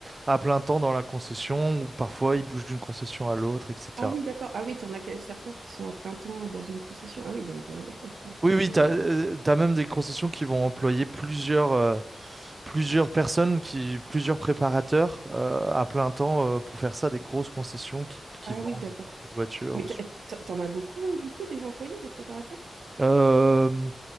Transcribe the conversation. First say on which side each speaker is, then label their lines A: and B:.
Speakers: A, on the right (about 25°); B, on the right (about 85°).
A: à plein temps dans la concession, ou parfois ils bougent d'une concession à l'autre, etc.
B: Ah oui, d'accord. Ah oui, tu en as quel- certains qui sont à plein temps euh, dans une concession. Ah oui, donc, euh, ok, d'accord,
A: Oui, oui,
B: c'est...
A: t'as,
B: euh,
A: euh, t'as même des concessions qui vont employer plusieurs, euh, plusieurs personnes, qui, plusieurs préparateurs euh, à plein temps euh, pour faire ça, des grosses concessions qui, qui
B: Ah
A: vendent
B: oui, d'accord.
A: beaucoup de voitures.
B: Mais t'as-
A: ce genre de
B: t'as- t'en as beaucoup, du coup, des employés, des préparateurs?
A: choses. Euh,